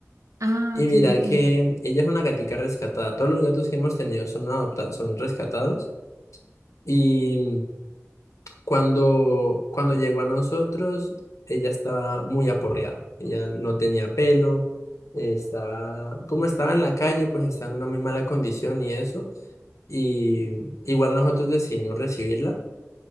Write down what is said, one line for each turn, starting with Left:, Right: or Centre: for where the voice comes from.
Right: Ah,
Left: Y
Right: ok,
Left: mira
Right: ok.
Left: que ella es una gatica rescatada. Todos los gatos que hemos tenido son adoptados, son rescatados. y cuando, cuando llegó a nosotros, ella estaba muy aporreada. Ella no tenía pelo, eh, estaba, como estaba en la calle, pues estaba en una muy mala condición y eso. Y igual nosotros decidimos recibirla.